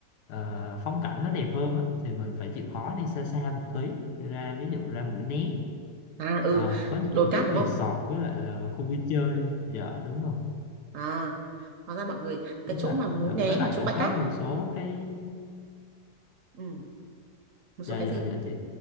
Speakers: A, on the left; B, on the right.
A: ờ, phong cảnh nó đẹp hơn á, thì mình phải chịu khó đi xa xa một tí ra ví dụ ra Mũi Né
B: à ừ
A: Ờ, có
B: đồi
A: những cái
B: cát đúng
A: resort
B: không
A: với lại là khu vui chơi dạ đúng rồi
B: à hóa ra mọi người cái
A: với
B: chỗ
A: lại
B: mà Mũi
A: dạ,
B: Né
A: với lại
B: mà chỗ
A: cũng
B: bãi
A: có
B: cát
A: một số cái
B: ừ một số
A: dạ
B: cái
A: dạ
B: gì
A: dạ chị